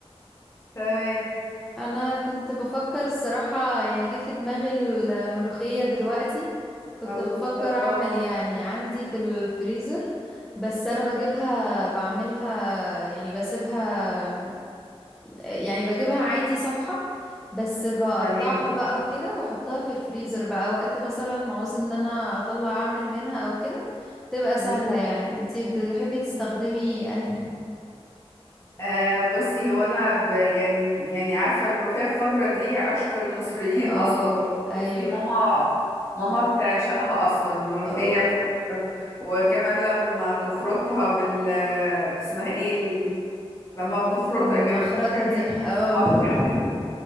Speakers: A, on the left; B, in the centre.
A: <laughs> تمام
B: انا كنت بفكر الصراحة يعني جه في دماغي الملوخية دلوقتي كنت
A: الله
B: بفكر اعمل يعني عندي في الفريزر بس انا بجيبها بعملها يعني بسيبها يعني بجيبها عادي صبحة بس بقطعها
A: تمام
B: بقى وكده واحطها في الفريزر بقى وقت مثلا ما عاوز ان انا اطلع اعمل منها او كده تبقى سهلة
A: مم.
B: يعني انتي بتحبي تستخدمي انهي
A: آه بصي هو انا ب يعني يعني عارفه الملوخيه الخضراء دي عشق المصريين
B: اه
A: اصلا يعني
B: ايوه
A: بصي ماما ماما بتعشقها اصلا الملوخيه
B: اه
A: الخضراء وكمان لما تخرطها بال اسمها ايه ال- لما بنخرطها
B: بالمخرطة
A: كده مش فاكره
B: دي اه
A: المخرطة
B: <laughs>